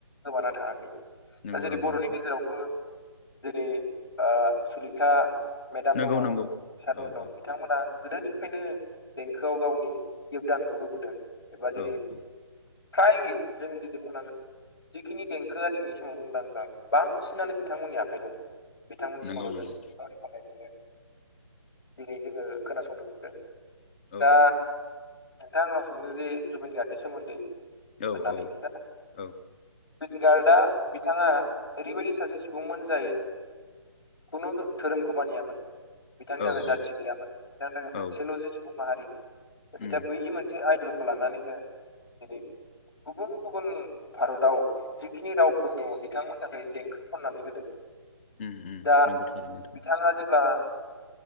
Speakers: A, on the left (about 65°); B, on the left (about 25°).
A: गोबाना थाङाखै
B: नंगौ
A: दा जेरै
B: नंगौ
A: बर'नि
B: नोंथां
A: गेजेरावबो जेरै सुलेखा मेदाम
B: नंगौ
A: दङ
B: नंगौ
A: सारमोन
B: औ
A: दं
B: औ
A: बिथांमोना गोदोनिफ्रायनो देंखोआव गावनि यगदानखौ होबोदों एबा दिनै
B: औ औ
A: फ्राय जों बिदि बुंनांगोन। जिखिनि देंखोआ दिनैनि समाव मुंदांखा बांसिनानो बिथांमोननि आखाइ दङ। बिथांमोननि सल'जों
B: नंगौ नंगौ
A: खन्नायजोंनो दिनै जोङो खोनासंनो मोनदों। दा
B: औ
A: नोंथांआ आंनाव सोंदों जे जुबिन गार्गनि सोमोन्दै
B: औ
A: होननानै
B: औ
A: दा
B: औ।
A: जुबिन गार्गआ बिथाङा ओरैबायदि सासे सुबुंमोन जाय खुनु धोरोमखौ मानियामोन बिथांनि थाखाय
B: औ
A: जाथि
B: औ
A: गैयामोन बिथांनि थाखाय मोनसेल'
B: औ
A: जे सुबुं माहारि बिथाङा
B: उम
A: बै मोनसे मोनसे आइदलखौ लानानैनो दिनै गुबुन गुबुन भारताव जिखिनि रावफोर दङ बिथांमोननि थाखाय देंखो खननानै होदों।
B: उम उम
A: दा
B: नंगौ थारैनो नोंथां
A: बिथाङा जे होमब्ला